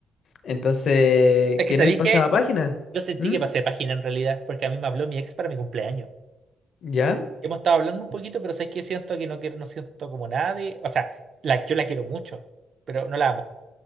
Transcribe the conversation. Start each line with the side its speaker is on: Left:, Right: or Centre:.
Left: Entonces,
Right: Es que
Left: que
Right: sabéis
Left: no hay pasado
Right: que
Left: página.
Right: yo sentí
Left: ¿Mm?
Right: que pasé página en realidad, porque a mí me habló mi ex para mi cumpleaños.
Left: ¿Ya?
Right: Hemos estado hablando un poquito, pero sabéis que siento que no quiero, no siento como nada de. O sea, la, yo la quiero mucho, pero no la amo.